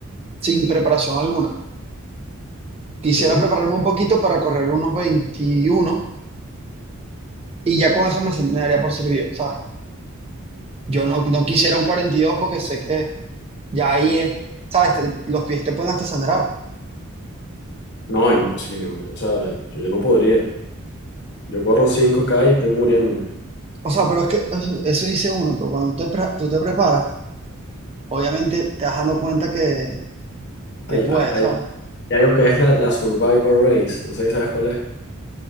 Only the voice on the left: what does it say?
Sí.
No, imposible, marico. O sea, yo, yo no podría. Yo corro cinco k y estoy muriéndome.
Hay,
hay, hay-
hay algo que es la, la Survivor Race. No sé si sabes cuál es.